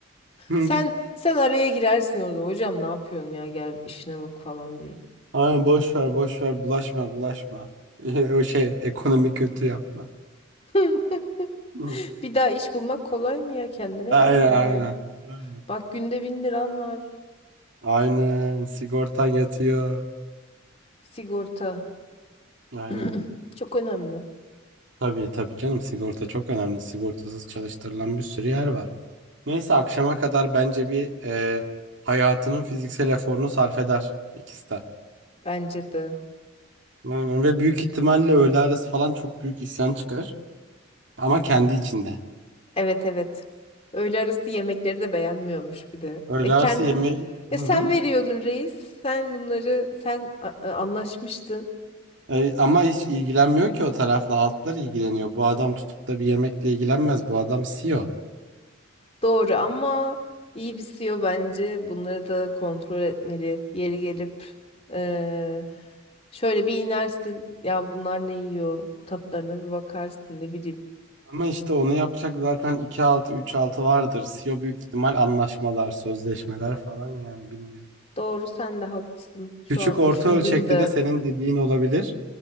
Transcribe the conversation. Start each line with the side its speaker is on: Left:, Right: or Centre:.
Right: Hı.
Left: Sen sen araya girersin orada. Hocam ne yapıyorsun ya gel işine bak falan diye.
Right: Aynen boş ver boş ver bulaşma bulaşma. <laughs> O şey ekonomi kötü yapma.
Left: <laughs>
Right: Hı.
Left: Bir daha iş bulmak kolay mı ya? Kendine
Right: Aynen
Left: gel ya.
Right: aynen. Aynen.
Left: Bak günde bin liran var.
Right: Aynen sigortan yatıyor.
Left: Sigorta.
Right: Aynen.
Left: <clears throat> Çok önemli.
Right: Tabii tabii canım sigorta çok önemli. Sigortasız çalıştırılan bir sürü yer var. Neyse akşama kadar bence bir e, hayatının fiziksel eforunu sarf eder ikisi de.
Left: Bence de.
Right: Aynen. Ve büyük ihtimalle öğle arası falan çok büyük isyan çıkar. Ama kendi içinde.
Left: Evet evet. Öğle arası yemekleri de beğenmiyormuş bir de.
Right: Öğle
Left: E,
Right: arası
Left: kend...
Right: yemeği...
Left: e
Right: Hı
Left: sen
Right: hı.
Left: veriyordun reis. Sen bunları sen a- a- anlaşmıştın.
Right: E, ama hiç ilgilenmiyor ki o tarafla. Altlar ilgileniyor. Bu adam tutup da bir yemekle ilgilenmez. Bu adam CEO.
Left: Doğru ama iyi bir C E o bence bunları da kontrol etmeli. Yeri gelip eee, şöyle bir inersin. Ya bunlar ne yiyor? Tatlarına bir bakarsın ne bileyim.
Right: Ama işte onu yapacak zaten iki altı üç altı vardır. CEO büyük ihtimal anlaşmalar, sözleşmeler falan yani bilmiyorum.
Left: Doğru sen de haklısın. Şu
Right: Küçük
Left: an
Right: orta
Left: düşündüm
Right: ölçekli
Left: de.
Right: de senin dediğin olabilir.